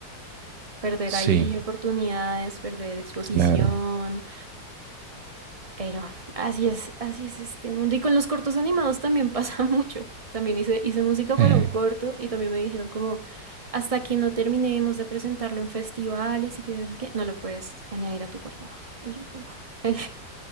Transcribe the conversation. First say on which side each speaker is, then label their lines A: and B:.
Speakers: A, on the right; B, on the right.
A: Perder
B: Sí,
A: ahí oportunidades, perder exposición,
B: claro.
A: pero así es, así es este mundo. Y con los cortos animados también pasa <laughs> mucho. También hice, hice música para
B: Sí,
A: un corto y también me dijeron como, hasta que no terminemos de presentarlo en festivales y que no sé qué, no lo puedes añadir a tu portafolio. Y yo, uff, <laughs>